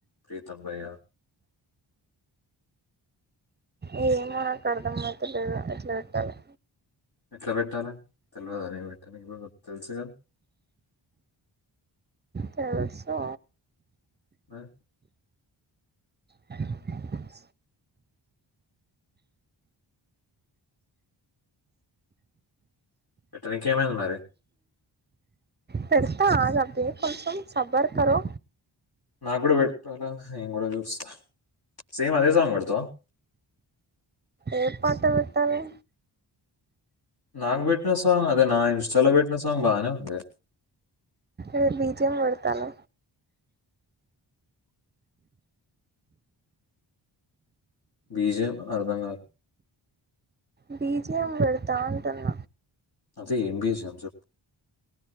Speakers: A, on the left; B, on the right.
A: ప్రీతంబయ
B: ఏమో నాకు అర్థం అయితు లేదు ఎట్లా పెట్టాలి
A: ఎట్లా పెట్టాల తెలియదా నే పెట్ట నప్పు తెలుసు కదా
B: తెలుసు
A: మరి
B: హలో
A: పెట్టడానికి ఏమైంది మరి
B: పెడతా అబే కొంచెం సబ్బర్ కరో
A: నాగ్ కూడా పెడ్తారా ఏం కూడా చూస్తా సేమ్ అదే సాంగ్ పెడ్తావా
B: ఏ పాట పెట్టాలి
A: నాకు పెట్టిన సాంగ్ అదే నా ఇన్స్టాలో పెట్టిన సాంగ్ బానే ఉంది
B: ఏ బీజం పెడుతను
A: బీజం అర్ధంగాక
B: బీజియం పెడ్తా అంటున్న
A: అదే ఎంబిస్ అంస